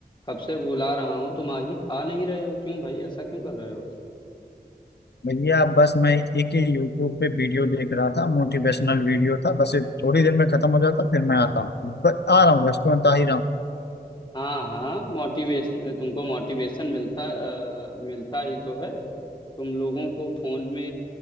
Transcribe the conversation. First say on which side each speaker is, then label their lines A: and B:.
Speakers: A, on the left; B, on the left.
A: कब से बुला रहा हूँ तुम आ ही आ नहीं रहे हो क्यों भाई ऐसा क्यों कर रहे हो
B: भैया बस मैं एक ही यूट्यूब पे वीडियो देख रहा था मोटिवेशनल वीडियो था बस ये थोड़ी देर में खत्म हो जाता फिर मैं आता हूँ ब- आ रहा हूँ बस तुरंत आ ही रहा हूँ
A: हाँ हाँ मोटिवेशन तुमको मोटिवेशन मिलता अ, मिलता ही तो है तुम लोगों को फोन में